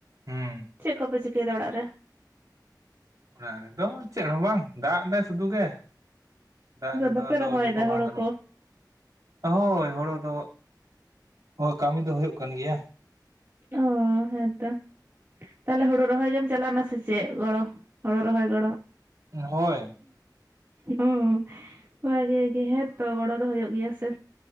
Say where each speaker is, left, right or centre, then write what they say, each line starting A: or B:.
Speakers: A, on the right; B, on the right.
A: ᱦᱩᱸ
B: ᱪᱮᱫ ᱠᱚᱯᱮ ᱪᱤᱠᱟᱹᱭᱮᱫᱟ ᱚᱲᱟᱜ ᱨᱮ?
A: ᱚᱱᱮ ᱚᱱᱮᱫᱚ ᱪᱮᱫ ᱦᱚᱸ ᱵᱟᱝ ᱫᱟᱜ ᱫᱟᱭ ᱥᱩᱫᱩ ᱜᱮ, ᱫᱟᱜ ᱨᱮᱫᱚ
B: ᱵᱟᱯᱮ
A: ᱟᱫᱚ
B: ᱨᱚᱦᱚᱭᱮᱫᱟ
A: ᱩᱰᱩᱠ ᱦᱚᱸ ᱵᱟᱝ
B: ᱦᱳᱲᱳ
A: ᱜᱟᱱᱚᱜ
B: ᱠᱚ
A: ᱦᱳᱭ ᱦᱳᱲᱳ ᱫᱚ ᱦᱳᱭ ᱠᱟᱹᱢᱤ ᱫᱚ ᱦᱩᱭᱩᱜ ᱠᱟᱱ ᱜᱮᱭᱟ᱾
B: ᱚ ᱦᱮᱸᱛᱚ ᱛᱟᱦᱞᱮ ᱦᱳᱲᱳ ᱨᱚᱦᱚᱭ ᱜᱮᱢ ᱪᱟᱞᱟᱣ ᱱᱟ ᱥᱮᱪᱮᱫ ᱜᱚᱲᱚ? ᱦᱳᱲᱳ ᱨᱚᱦᱚᱭ ᱜᱚᱲ?
A: ᱦᱳᱭ
B: ᱦᱩᱸ ᱵᱷᱟᱜᱮ ᱜᱮ ᱦᱮᱸᱛᱚ ᱜᱚᱲᱚ ᱫᱚ ᱦᱩᱭᱩᱜ ᱜᱮᱭᱟ ᱦᱮᱸᱥᱮ?